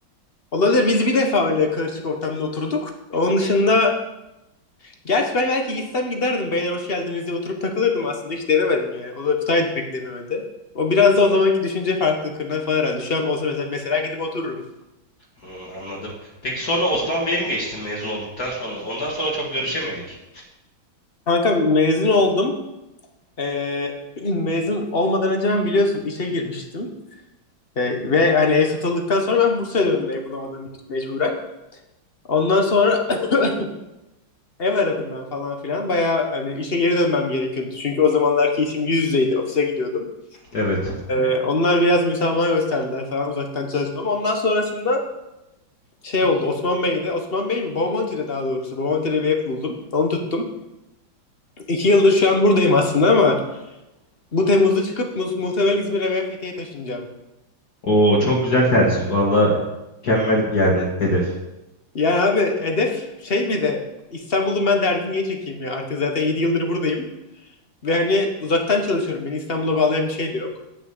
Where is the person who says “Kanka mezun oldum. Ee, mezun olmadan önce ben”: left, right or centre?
Left